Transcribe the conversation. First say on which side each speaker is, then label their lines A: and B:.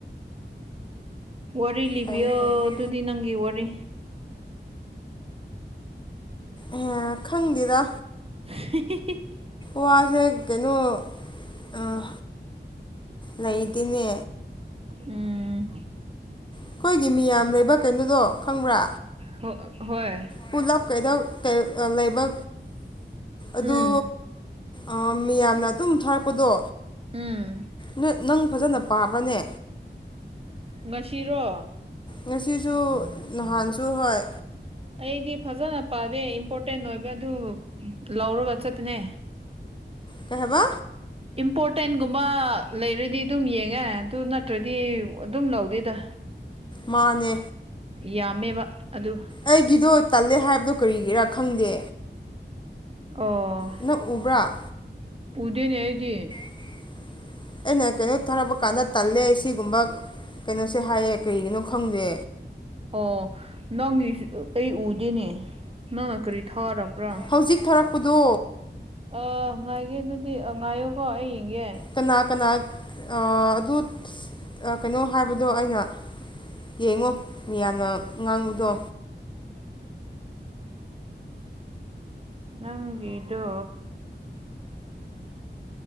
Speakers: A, on the right; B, on the left.
A: ꯋꯥꯔꯤ ꯂꯤꯕꯤꯌꯣ
B: ꯐꯩꯌꯦ ꯐꯩꯌꯦ
A: ꯑꯗꯨꯗꯤ ꯅꯪꯒꯤ ꯋꯥꯔꯤ
B: ꯑꯦ ꯈꯪꯗꯦꯗ
A: <unintelligible>
B: ꯋꯥꯁꯦ ꯀꯩꯅꯣ ꯑꯥ ꯂꯩꯇꯦꯅꯦ
A: ꯎꯝ
B: ꯑꯩꯈꯣꯏꯒꯤ ꯃꯤꯌꯥꯝ ꯂꯩꯕ ꯀꯩꯅꯣꯗꯣ ꯈꯪꯕ꯭ꯔꯥ
A: ꯍ ꯍꯣꯏ
B: ꯄꯨꯂꯞ ꯀꯩꯗ ꯀꯩ ꯑ ꯂꯩꯕ ꯑꯗꯨ
A: ꯎꯝ
B: ꯑ ꯃꯤꯌꯥꯝꯅ ꯑꯗꯨꯝ ꯊꯥꯔꯛꯄꯗꯣ
A: ꯎꯝ
B: ꯅꯣꯏ ꯅꯪ ꯐꯖꯅ ꯄꯥꯕꯅꯦ
A: ꯉꯁꯤꯔꯣ
B: ꯉꯁꯤꯁꯨ ꯅꯍꯥꯟꯁꯨ ꯍꯣꯏ
A: ꯑꯩꯗꯤ ꯐꯖꯅ ꯄꯥꯗꯦ ꯏꯝꯄꯣꯔꯇꯦꯟ ꯑꯣꯏꯕ ꯑꯗꯨ ꯂꯧꯔꯒ ꯆꯠꯇꯄꯅꯦ
B: ꯀꯧꯍꯕ
A: ꯏꯝꯄꯣꯔꯇꯦꯟꯒꯨꯝꯕ ꯂꯩꯔꯗꯤ ꯑꯗꯨꯝ ꯌꯦꯡꯉꯦ ꯑꯗꯨ ꯅꯠꯇ꯭ꯔꯗꯤ ꯑꯩ ꯑꯗꯨꯝ ꯂꯧꯗꯦꯗ
B: ꯃꯥꯅꯦ
A: ꯌꯥꯝꯃꯦꯕ ꯑꯗꯨ
B: ꯑꯩꯒꯤꯗꯣ ꯇꯜꯂꯦ ꯍꯥꯏꯕꯗꯣ ꯀꯔꯤꯒꯤꯔꯥ ꯈꯪꯗꯦ
A: ꯑꯣ
B: ꯅꯛ ꯎꯕ꯭ꯔꯥ
A: ꯎꯗꯦꯅꯦ ꯑꯩꯗꯤ
B: <unintelligible> ꯑꯩꯅ ꯀꯩꯅꯣ ꯊꯥꯔꯛꯄ ꯀꯥꯟꯗ ꯇꯜꯂꯦ ꯁꯤꯒꯨꯝꯕ ꯀꯩꯅꯣꯁꯦ ꯍꯥꯏꯌꯦ ꯀꯩꯒꯤꯅꯣ ꯈꯪꯗꯦ
A: ꯑꯣ ꯅꯪꯒꯤ ꯑꯩ ꯎꯗꯦꯅꯦ ꯅꯪꯅ ꯀꯔꯤ ꯊꯥꯔꯛꯄ꯭ꯔꯥ
B: ꯍꯧꯖꯤꯛ ꯊꯥꯔꯛꯄꯗꯣ
A: ꯑ ꯉꯥꯏꯒꯦ ꯑꯗꯨꯗꯤ ꯑ ꯉꯥꯏꯌꯣꯀꯣ ꯑꯩ ꯌꯦꯡꯒꯦ
B: ꯀꯅꯥ ꯀꯅꯥ ꯑ ꯑꯗꯨꯠ ꯑ ꯀꯩꯅꯣ ꯍꯥꯏꯕꯗꯣ ꯑꯩꯅ ꯌꯦꯡꯉꯣ ꯃꯤꯌꯥꯝꯅ ꯉꯥꯡꯕꯗꯣ
A: ꯅꯪꯒꯤꯗꯣ